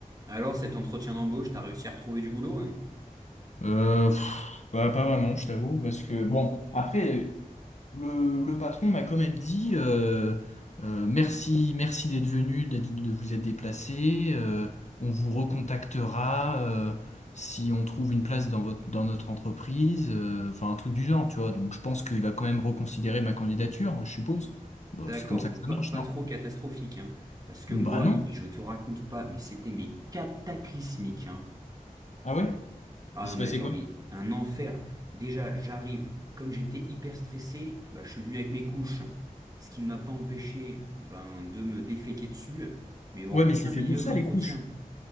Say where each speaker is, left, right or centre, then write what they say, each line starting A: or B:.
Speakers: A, on the right; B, on the left.
A: Alors, cet entretien d'embauche, t'as réussi à retrouver du boulot? hein
B: Euh, pff, bah, pas vraiment, je t'avoue, parce que bon, après, euh, le, le patron m'a quand même dit euh, euh, merci, merci d'être venu, d'être- de vous être déplacé. euh, on vous recontactera euh, si on trouve une place dans votre, dans notre entreprise, euh, enfin un truc du genre, tu vois. Donc je pense qu'il va quand même reconsidérer ma candidature, je suppose. Bah,
A: D'accord,
B: c'est comme ça
A: donc
B: que ça
A: pas,
B: marche,
A: pas
B: non?
A: trop catastrophique, hein. Parce que
B: Bah
A: moi,
B: non.
A: non, mais je te raconte pas, mais c'était mais cataclysmique, hein.
B: Ah ouais?
A: Ah
B: Il s'est
A: non,
B: passé
A: mais attends,
B: quoi?
A: mais un enfer. Déjà, j'arrive, comme j'étais hyper stressé, bah, je suis venu avec mes couches, ce qui ne m'a pas empêché ben, de me déféquer dessus, mais en
B: Ouais, mais
A: plein
B: c'est fait
A: milieu
B: pour ça,
A: de l'entretien.
B: les couches.